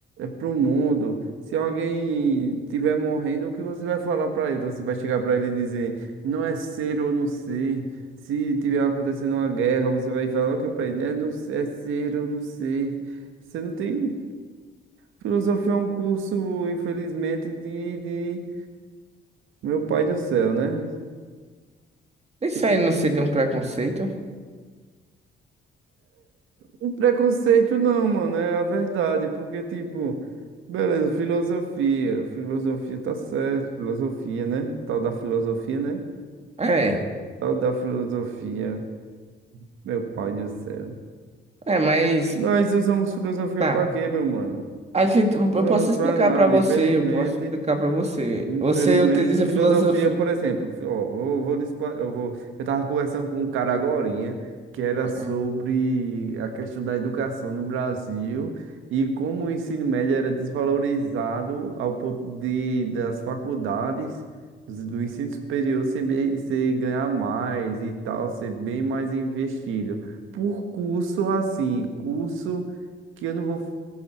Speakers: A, on the right (about 85°); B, on the right (about 35°).
A: para o mundo. Se alguém estiver morrendo, o que você vai falar para ele? Você vai chegar para ele e dizer, não é ser ou não ser. Se tiver acontecendo uma guerra, você vai falar o que para ele? É, não, é ser ou não ser. Você não tem. Filosofia é um curso, infelizmente, de, de meu pai do céu, né?
B: Isso
A: E que
B: aí não seria um preconceito?
A: um preconceito não, mano, é a verdade, porque, tipo, beleza, filosofia, filosofia tá certo, filosofia, né? Tal da filosofia, né?
B: É,
A: Tal da filosofia, meu pai do céu.
B: é, mas
A: Nós usamos filosofia
B: tá.
A: pra quê, meu mano?
B: A gente, eu
A: Usamos
B: eu posso explicar
A: pra nada,
B: pra você,
A: infelizmente.
B: eu posso explicar pra você.
A: Infelizmente,
B: Você utiliza
A: filosofia,
B: filosofia.
A: por exemplo, fi- ó, eu vou, lhe expla- eu vou, eu tava conversando com um cara agorinha que era
B: Uhum.
A: sobre a questão da educação no Brasil e como o ensino médio era desvalorizado ao ponto de das faculdades dos- do ensino superior ser, bem- ser ganhar mais e tal, ser bem mais investido por curso assim, curso que eu não vou